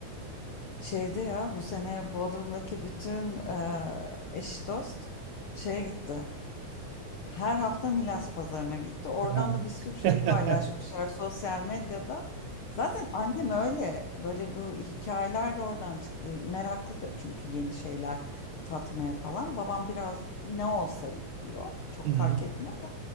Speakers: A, on the left; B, on the right.
A: Şeyde ya bu sene Bodrum'daki bütün eee, eş dost şeye gitti. her hafta Milas pazarına gitti. Oradan
B: Ha,
A: da bir sürü şey
B: <laughs>
A: paylaşmışlar
B: Aha.
A: sosyal medyada. Zaten annem öyle böyle bu hikayeler de oradan çıktı. Meraklıdır çünkü yeni şeyler tatmaya falan. Babam biraz ne olsa yiyor. Çok
B: Hı hı.
A: fark etmiyor da.